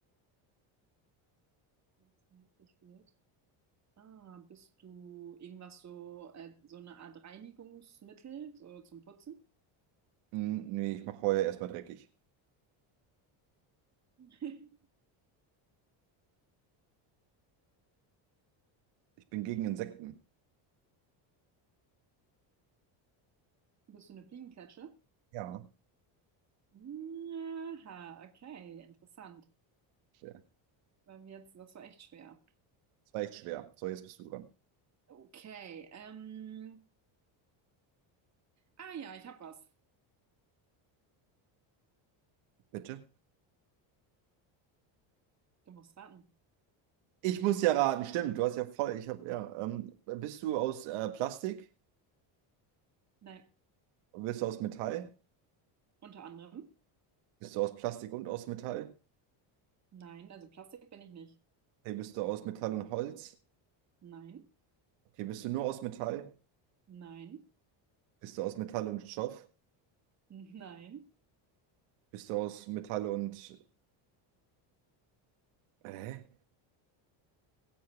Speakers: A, on the right; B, on the right.
A: Wenn es nervig wird. Ah, bist du irgendwas so, äh, so eine Art Reinigungsmittel, so zum Putzen?
B: Hm, nee, ich mache Heuer erstmal dreckig.
A: <laughs>
B: Ich bin gegen Insekten.
A: Bist du eine Fliegenklatsche?
B: Ja.
A: Aha, okay, interessant.
B: Ja,
A: Weil wir jetzt, das war echt schwer.
B: Das war echt schwer. So, jetzt bist du dran.
A: Okay, ähm, ah ja, ich hab was.
B: Bitte?
A: Du musst raten.
B: Ich muss ja raten, stimmt, du hast ja voll, ich habe, ja, ähm, bist du aus äh, Plastik?
A: Nein,
B: Bist du aus Metall?
A: unter anderem.
B: Bist du aus Plastik und aus Metall?
A: Nein, also Plastik bin ich nicht.
B: Hey, bist du aus Metall und Holz?
A: Nein,
B: Okay, bist du nur aus Metall?
A: nein,
B: Bist du aus Metall und Stoff?
A: nein,
B: Bist du aus Metall und... Hä?